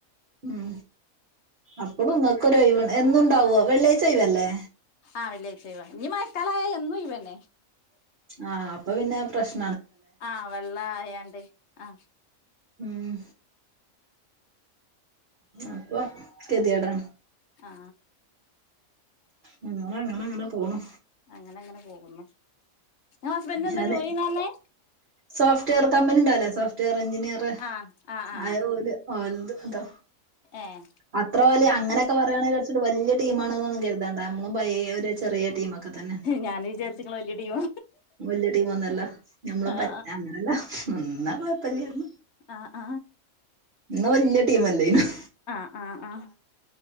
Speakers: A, on the right; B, on the left.
A: ഉം അപ്പളും ങ്ങക്ക് രൊഴിവുണ്ടോ എന്നുണ്ടാവോ വെള്ളിയാഴ്ച ഒഴിവല്ലേ
B: ആ വെള്ളിയാഴ്ച ഒഴിവാ ഞ് മഴക്കാലയാ എന്നും ഒഴിവന്നെ
A: ആ അപ്പൊ പിന്നെ പ്രശ്ന
B: ആ വെള്ള ആയാണ്ട് ആ
A: ഉം അപ്പൊ കേത്യാടാണ്
B: ആ
A: ഞങ്ങളങ്ങനങ്ങനെ പോണ്
B: അങ്ങനെ അങ്ങനെ പോകുന്നു ഹസ്ബെൻഡിന്
A: ഞാന്
B: എന്താ ജോലിന്നാ പറഞ്ഞെ
A: സോഫ്റ്റ്വെയർ കമ്പനി ഉണ്ടല്ലേ സോഫ്റ്റ്വെയർ എഞ്ചിനീയർ
B: ആഹ് ആഹ് ആഹ്
A: ആയ ഓല് ത്ക്കാ താ
B: ഏഹ്
A: അത്ര വലിയ അങ്ങനെയൊക്കെ പറയുകയാണെങ്കിൽ വച്ചിട്ട് വലിയ ടീമാണെന്നൊന്നും കരുതാണ്ട് നമ്മള് പയ ഒരു ചെറിയ ടീമൊക്കെ തന്നെ
B: ഞാന് വിചാരിച്ചിങ്ങള് വല്യ ടീമാ
A: വല്യ ടീം ഒന്നല്ല നമ്മളും
B: ആഹ്
A: പറ്റനല്ല എന്നാ കുഴപ്പല്ലായിരുന്നു
B: അ അ
A: ഇന്നവലിയ ടീമല്ലേനും
B: ആഹ ആഹ് ആഹ